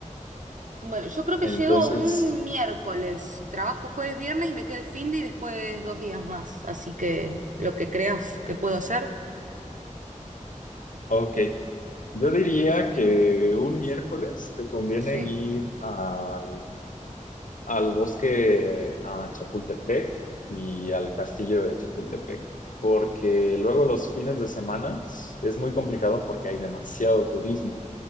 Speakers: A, on the right (about 70°); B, on the left (about 80°).
A: Bueno, yo creo que
B: Entonces,
A: llego un miércoles. Trabajo jueves, viernes y me queda el fin de y después dos días más. Así que lo que creas que puedo hacer.
B: ok. Yo diría que un miércoles te conviene
A: Sí,
B: ir al, al bosque a Chapultepec y al castillo de Chapultepec, porque luego los fines de semana es muy complicado porque hay demasiado turismo.